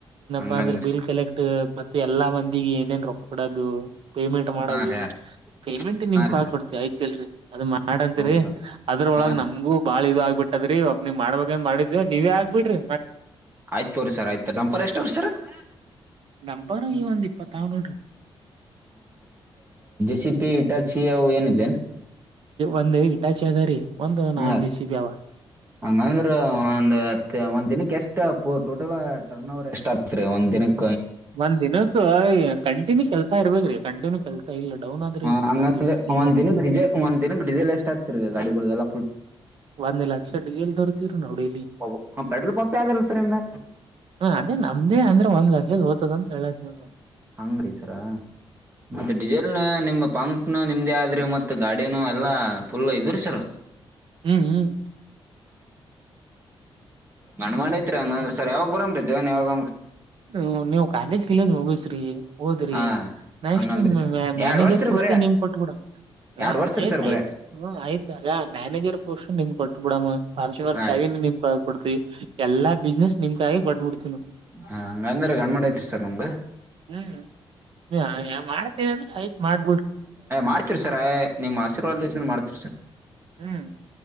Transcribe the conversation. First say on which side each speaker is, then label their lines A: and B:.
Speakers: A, on the right; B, on the right.
A: ಹಂಗಂದ್ರ
B: ಬಂದ್ರ ಬಿಲ್ ಕಲೆಕ್ಟ್ ಮತ್ತೆ ಎಲ್ಲಾ ಮಂದಿಗೆ ಏನೇನ್ ರೊಕ್ಕ ಬಿಡೋದು ಪೇಮೆಂಟ್ ಮಾಡೋದು.
A: ಹಾ ರೀ ಹಾ ರೀ
B: ಪೇಮೆಂಟ್ ನಿಮ್ಕ್
A: ಹಾ ರೀ
B: ಕೈಯಾಗ
A: ಸರ್
B: ಕೊಡ್ತಿವಿ ಆಯತಿ ಇಲ್ರರಿ ಅದು ಮಾಡಂತಿರಿ
A: ಹೌದ್ರಿ
B: ಅದ್ರೊಳಗ್
A: ಹಾ ರೀ
B: ನಮಗೂ ಬಾಳ ಇದು ಆಗ್ಬಿಟ್ಟಿ ಅದ್ರೀ ಒಬ್ಬನಿಗ ಮಾಡಬೇಂಕಂತ ಮಾಡಿದ್ವ ನೀವೇ ಆಗ್ಬಡ್ರಿ
A: ಆಯ್ತ ತೋರಿ ಸರ್ ಆಯ್ತ ಬಪ್ಪರ್ ಎಷ್ಟು ವರ್ಷರೀ ಸರ್ <unintelligible>
B: ನಂಬರ್ ಈ ಒಂದ್ ಇಪ್ಪತ್ತಾವ್ ನೋಡ್ರಿ
A: ಚಿ ಪಿ ಇಟಚಿ ಅವು ಏನಿದೆೇನ್ರಿ
B: ಒಂದ ಇಟಾಚೆ ಅದಾರಿ ಒಂದು ನಾಕ್
A: ಹಾ ರೀ
B: ಜೆ ಸಿ ಬಿ ಅವ
A: ಹಂಗಂದ್ರ ಒಂದ್ ಹ ಒಂದ ದಿನಕ್ಕೆ ಎಷ್ಟ ಟೋಟಲ್ ಟರ್ನ್ ಓವರ್ ಎಷ್ಟ್ ಆತ್ರಿ ಒಂದ್ ದಿನಕ್
B: ಒಂದ್ ದಿನಕ್ಕ ಕಂಟಿನ್ಯೂ ಕೆಲ್ಸಾ ಇರ್ಬೇರಿ ಕಂಟಿನ್ಯೂ ಕೆಲ್ಸ ಇಲ್ಲ ಡೌನ್ ಆದ್ರಿ
A: ಹ
B: ಈಗ
A: ಹಂಗಂದ್ರೆಂದ
B: ಮಾರ್ಕೆಟ್ ಸೀಸನ್
A: ದಿನಕ್ ಡಿಜೆ ಒಂದ್ ದಿನಕ್ ಡಿಸೆಲ್ ಎಷ್ಟ ಆಗ್ತರ್ ಗಾಡಿಗಳೆಲ್ಲ
B: ಒಂದು ಲಕ್ಷ ಡಿಸೇಲ್ ತರುತೀವಿ ನಾವು ಡೈಲಿ
A: ಹೌದು. ಪೆಟ್ರೋಲ್ ಪಂಪ್ ಯಾವ್ದಿಲ್ಲ ಸರ್ ನಿಮ್ದ
B: ಹ್ಮ ಅದೇ ನಮ್ದೇ ಅಂದ್ರೆ ಒಂದ್ ಲಕ್ಷದ ಹೋತದ ಅಂತ ಹೇಲತೀನಿ
A: ಹಂಗ್ರಿ ಸರ್ ಮತ್ತೆ ಡಿಸೈಲ್ ನ ನಿಮ್ಮ ಬಂಕ್ ನ ನಿಮ್ದೇ ಆದ್ರಿ ಮತ್ತ ಗಾಡಿನ ಎಲ್ಲಾ ಫುಲ್ ಇದ್ರಿ ಸರ್
B: ಹ್ಮ್ ಹ್ಮ್
A: ಗಣ್ಮಾಐತ್ರಿ ಹಂಗಂದ ಸರ್ ಯಾವಾಗ ಬರಂಬ್ರಿ ಜೀವನ್ ಯಾವಾಗಂಬ್ರಿ
B: ಹ್ಮ ನೀವು ಕಾಲೇಜ್ ಕಲೇಜ್ ಮುಗಿಸ್ರಿ ಓದ್ರಿ
A: ಹಾ
B: ನೆಕ್ಸ್ಟ್
A: ಹಂಗಂದ್ರಿ ಸರ್
B: ಮ್ಯಾನೇಜರ್
A: ಎರಡ್ ವರ್ಷ ರೀ
B: ಪೋಸ್ಟ್ಗೆ
A: ಬರೇ
B: ನಿಮ್ ಕೊಟ್ಟಿಬಿಡೋಣ
A: ಎರಡ್
B: ಹ
A: ವರ್ಷ
B: ಆಯ್ತ್
A: ರೀ ಸರ್
B: ಆಯ್ತ
A: ಬರೇ
B: ಆಯ್ತಗ ಮ್ಯಾನೇಜರ್ ಪೋಸ್ಟ್ ನಿಮ್ ಕೊಟ್ಟ ಬಿಡ ಪಾರ್ಶ್ವ
A: ಆಯ್ತ್
B: ಚಾವಿನ ನಿಮ್ ಕ ಕೊಡ್ತಿ ಎಲ್ಲಾ ಬಿಸ್ನೆಸ್ ನಿಮ್ಗಿ ಕೊಟ್ಟುಬಿಡ್ತೀವಿ
A: ಹ ಹಂಗಂದ್ರ ಗಂಡ್ಮಾ ಐತ್ರಿ ಸರ್ ನಮ್ಗ
B: ಹ್ಮ್ನ್ ಮಾಡ್ತೀನಿ ಅಂದ್ರ ಆಯ್ತ್ ಮಾಡ
A: ಅ ಮಾಡ್ತಿರಿ ಸರ್ ನಿಮ್ಮ್ ಆಶೀರ್ವಾದ ಮಾಡ್ತಿರಿ ಸರ್
B: ಹ್ಮ್